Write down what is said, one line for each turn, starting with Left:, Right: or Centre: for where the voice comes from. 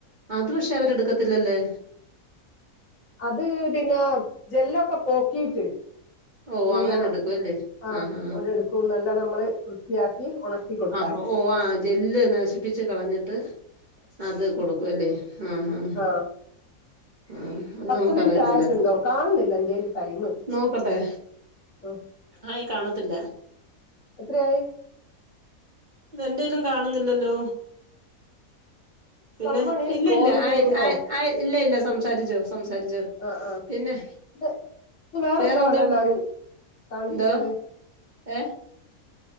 Right: അത് പക്ഷെ അവരെടുക്ക ഇല്ലല്ലേ
Left: അത് പിന്നെ ജെല്ലൊക്കെ പോക്കീട്ട്.
Right: ഓ
Left: പിന്ന
Right: അങ്ങനെ എടുക്കുവല്ലേ
Left: ആ
Right: ആഹാ
Left: ഒരെടുക്കും ന്നല്ല നമ്മള് വൃത്തിയാക്കി ഉണക്കി കൊടുത്താൽ
Right: അ ഒ ഓ ആ ജെല്ല് നശിപ്പിച്ച് കളഞ്ഞിട്ട് അത് കൊടുക്കും അല്ലേ ആ ആ
Left: ആഹ്
Right: ആ അത്
Left: പത്ത്
Right: നമുക്കറിയത്തില്ലാരുന്നു
Left: മിനിറ്റ് ആയിട്ടുണ്ടോ കാണുന്നില്ല എന്റെല് ടൈമ്
Right: നോക്കട്ടെ.
Left: ആഹ്
Right: ആയി കാണത്തില്ല
Left: എത്രയായി.
Right: അതെന്റെലും കാണുന്നില്ലല്ലോ പിന്നെ
Left: സംവൺ ഈസ്
Right: ഇല്ല
Left: കോളിങ്
Right: ഇല്ല ആയി
Left: യുന്നോ
Right: ആയി ആയി ഇല്ല ഇല്ല സംസാരിച്ചോ സംസാരിച്ചോ
Left: ആഹ് ആഹ്
Right: പിന്നെ
Left: ഇത് ഇത് വേറെന്തോ
Right: വേറെന്തോണ്ട്
Left: ആണല്ലോ കാണിക്കുന്നത്.
Right: എന്തോ ഏ